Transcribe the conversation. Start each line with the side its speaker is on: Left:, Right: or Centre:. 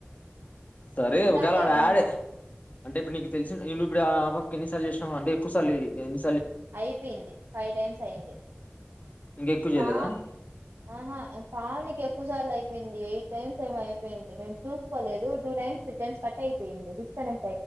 Left: సరే
Right: ఇందాకే
Left: ఒకవేళ ఆడ
Right: విన్నా
Left: యాడే అంటే ఇప్పుడు నీ తెలిసి నేవవు ఇప్పు ఆకి ఎన్నిసార్లు చేసినావు అంటే ఎక్కు సార్లు చేసిన
Right: అయిపోయింది ఫైవ్ టైమ్స్ అయింది
Left: ఇంకా ఎక్కువ చేయలేదా
Right: పా ఆహా పా నీకు ఎక్కువ సార్లు అయిపోయింది అయిపొంది ఎయిట్ టైమ్స్ ఏమ అయిపోయింది మేము చూసుకోలేదు two times three times cut అయిపోయింది తీసుస్తనే